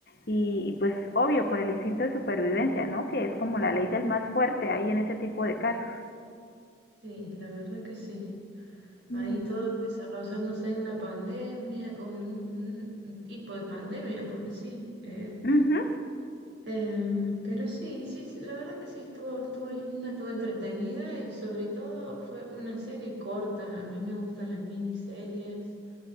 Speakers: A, on the left; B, on the right.
A: y, y, pues obvio, por el instinto de supervivencia, ¿no? Que es como la ley del más fuerte ahí en ese tipo de casos.
B: Sí, la verdad que sí. Ahí
A: Mm.
B: todo desarrollándose en la pandemia, con un, un- un tipo de pandemia, porque sí, eh,
A: Ujú.
B: Em, pero sí, sí, sí, la verdad que sí, estuvo, estuvo linda, estuvo entretenida y sobre todo fue una serie corta. A mí me gustan las miniseries,